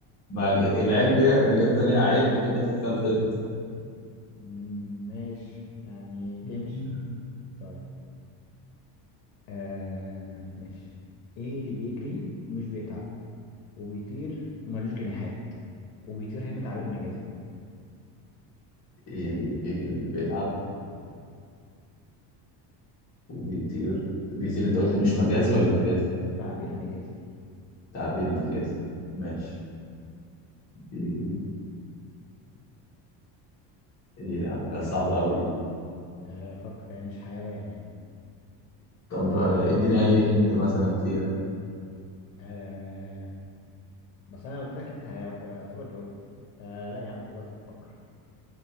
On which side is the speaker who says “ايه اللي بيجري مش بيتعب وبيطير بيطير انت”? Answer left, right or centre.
Left